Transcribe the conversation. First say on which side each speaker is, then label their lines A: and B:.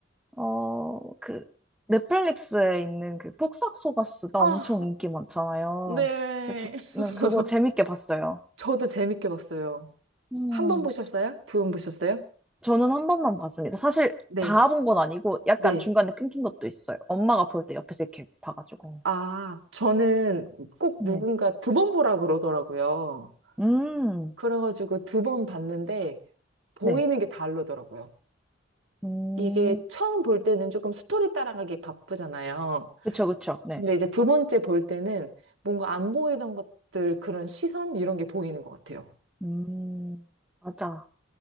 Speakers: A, in the centre; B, on the right.
A: 어, 그 넷플릭스에 있는 그 폭삭소가수다
B: 아,
A: 엄청 인기 많잖아요.
B: 네.
A: 근데
B: <laughs>
A: 저는 그거 재밌게 봤어요.
B: 저도 재밌게 봤어요.
A: 음.
B: 한 번 보셨어요? 두 번 보셨어요?
A: 저는 한 번만 봤습니다. 사실
B: 네.
A: 다 본 건 아니고 약간
B: 네.
A: 중간에 끊긴 것도 있어요. 엄마가 볼 때 옆에서 이렇게 봐가지고.
B: 아, 저는 꼭
A: 네.
B: 누군가 두 번 보라 그러더라고요.
A: 음,
B: 그래가지고 두 번 봤는데 보이는
A: 네.
B: 게 다르더라고요.
A: 음,
B: 이게 처음 볼 때는 조금 스토리 따라가기 바쁘잖아요.
A: 그쵸, 그쵸. 네.
B: 근데 이제 두 번째 볼 때는 뭔가 안 보이던 것들 그런 시선 이런 게 보이는 것 같아요.
A: 음, 맞아.